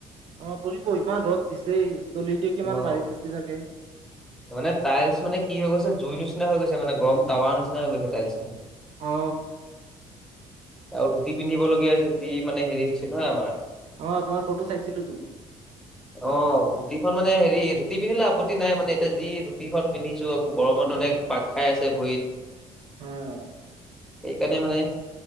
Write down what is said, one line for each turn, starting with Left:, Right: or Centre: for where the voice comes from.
Right: অ পুৰিব, ইমান ৰ'দ দিছে, চল্লিশ ডিগ্ৰী মান
Centre: অ
Right: মাৰি দিছে চাগে।
Centre: মানে টাইলছ মানে কি হৈ গৈছে জুই নিচিনা হৈ গৈছে মানে গৰম টাৱাৰ নিচিনা হৈ গৈছে টাইলছ খিনি।
Right: অ।
Centre: আৰু ধুতি পিন্ধিব লগীয়া হৈছে, যি মানে হেৰি হৈছে নহয় আমাৰ।
Right: অ তোমাৰ ফটো চাইছিলো তো
Centre: হ ধুতিখন মানে হেৰি ধুতি পিন্ধিলে আপত্তি নাই মানে, এতিয়া যি ধুতিখন পিন্ধিছো আকৌ গৰমত মানে পাক খাই আছে ভৰিত।
Right: উম।
Centre: সেইকাৰণে মানে।